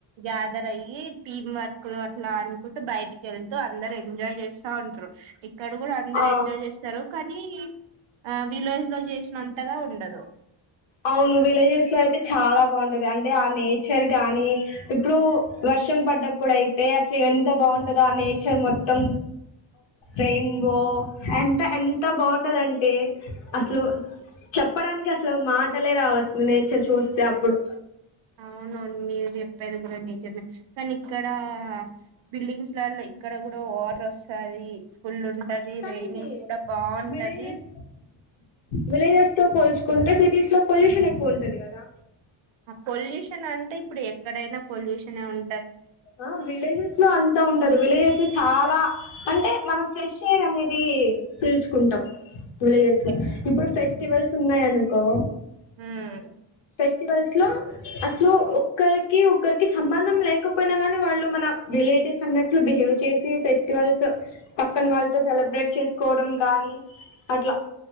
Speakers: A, on the right; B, on the left.
A: గ్యాదర్ అయ టీమ్ వర్క్ లో అట్లా అనుకుంటూ బయట వెళ్తూ అందరు ఎంజాయ్ చేస్తా ఉంటారు ఇక్కడ కూడా అందరు
B: ఆ
A: ఎంజాయ్ చేస్తారు కానీ ఆ విలేజ్ లో చేసినంతగా ఉండదు
B: అవును విలేజెస్ లో అయితే చాలా బాగుంటది అంటే ఆ నేచర్ గాని ఇప్పుడు వర్షం పడ్డప్పుడు అయితే అసలు ఎంత బాగుంటందో ఆ నేచర్ మొత్తం రెయిన్బో ఎంత ఎంత బాగుంటదింటే అసలు చెప్పడానికి అసలు మాటలే రావచ్చు నేచర్ చూస్తే అప్పుడు
A: అవునవును మీరు చెప్పేది కూడా నేచర్ కానీ ఇక్కడ బిల్డింగ్స్ లలో ఇక్కడ కూ లో వాటర్ వస్తుంది ఫుల్ ఉంటది
B: కానీది
A: రైనింగ్ కూడా బాగుంటది
B: విలేజెస్ విలేజెస్ తో పోల్చుకుంటే సిటీస్ లో పొల్యూషన్ ఎక్కువ ఉంటది కదా
A: అ పొల్యూషన్ అంటే ఇప్పుడు ఎక్కడైనా పొల్యూషన్ ఉం
B: అ విలేజెస్ లో అంతా ఉండదు విలేజెస్ కి చాలా అంటే మనం ఫ్రెష్ ఎయిర్ అనేది పీల్చుకుంటం విలేజెస్ లో
A: ఇప్
B: ఇప్పుడు ఫెస్టివల్స్ ఉన్నాయనుకో
A: ఉమ్
B: ఫెస్టివల్స్లో అస్లు ఒక్కరికి ఒక్కరికి సంబంధం లేకపోయినా గాని వాళ్ళు మన రిలేటివ్స్ అన్నట్లు బిహేవ్ చేసి ఫెస్టివల్స్ పక్కన వాళ్ళతో సెలబ్రేట్ చేస్ కోడం కాని అట్ల